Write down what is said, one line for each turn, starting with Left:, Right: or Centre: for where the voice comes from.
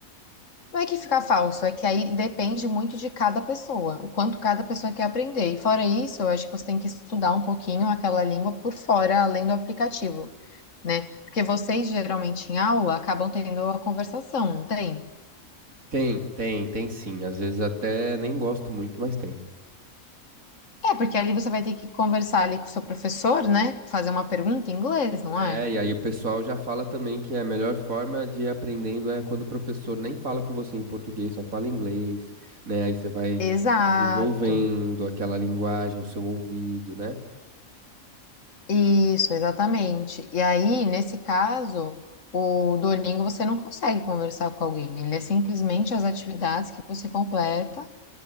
Left: Não é que fica falso, é que aí depende muito de cada pessoa, o quanto cada pessoa quer aprender. E fora isso, eu acho que você tem que estudar um pouquinho aquela língua por fora, além do aplicativo, né? Porque vocês geralmente em aula acabam tendo a conversação, não tem?
Right: Tem, tem, tem sim. Às vezes até nem gosto muito, mas tem.
Left: É, porque ali você vai ter que conversar ali com o seu professor, né? Fazer uma pergunta em inglês, não
Right: É,
Left: é?
Right: e aí o pessoal já fala também que a melhor forma de ir aprendendo é quando o professor nem fala com você em português, só fala inglês, né? Aí você vai
Left: Exato.
Right: desenvolvendo aquela linguagem, o seu ouvido, né?
Left: Isso, exatamente. E aí, nesse caso, o Duolingo você não consegue conversar com alguém. Ele é simplesmente as atividades que você completa